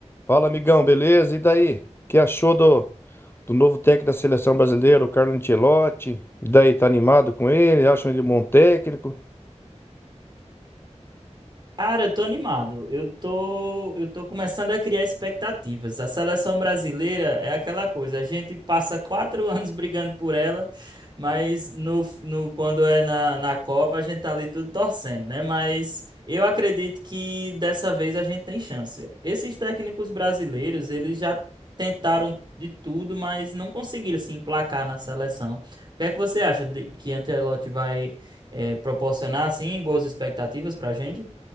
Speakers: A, on the left (about 20°); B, on the right (about 40°).
A: Fala, amigão, beleza? E daí? O que achou do, do novo técnico da seleção brasileira, o Carlo Ancelotti? E daí, tá animado com ele? Acham ele um bom técnico?
B: Cara, eu tô animado. Eu tô, eu tô começando a criar expectativas. A seleção brasileira é aquela coisa. A gente passa quatro <laughs> anos brigando por ela, mas no, no quando é na, na Copa a gente tá ali tudo torcendo, né? Mas eu acredito que dessa vez a gente tem chance. Esses técnicos brasileiros, eles já tentaram de tudo, mas não conseguiram se emplacar na seleção. O que é que você acha de que Ancelotti vai eh, proporcionar assim boas expectativas pra gente?